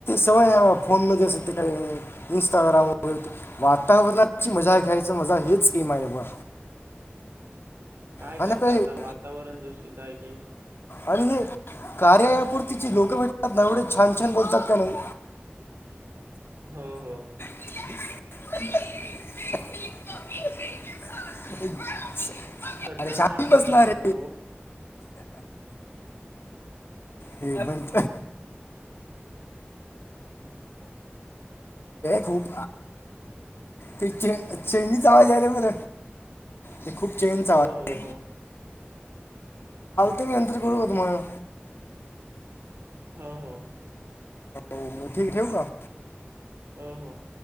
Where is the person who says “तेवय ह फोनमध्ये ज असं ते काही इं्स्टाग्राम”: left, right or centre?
Left